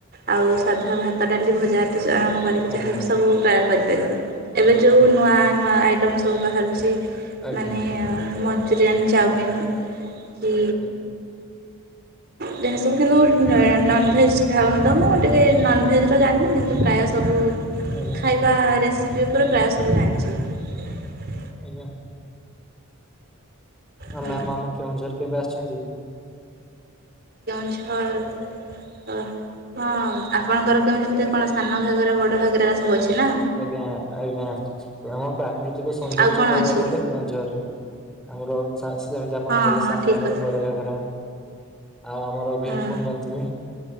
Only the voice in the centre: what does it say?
ଆଜ୍ଞା
ଆଜ୍ଞା
ଆଜ୍ଞା
ଆଜ୍ଞା
ଆଜ୍ଞା।
ଆଜ୍ଞା ମ୍ୟାମ୍
ଆମ କେଉଁଝର କେବେ ଆସିଛନ୍ତି।
ଆଜ୍ଞା ଆଜ୍ଞା ଆମର ପ୍ରାକୃତିକ ସୌନ୍ଦର୍ଯ୍ୟ
କହିବାକୁ
ଗଲେ କେଉଁଝର ରେ। ଆମର ସେମିତି ଆପଣ
କହିଲେ
ସାନ
ଘାଘରା
ବଡ ଘାଘରା। ଆଉ ଆମର
ଭୀମ କୋଣ ଜାଣିଥିବେ?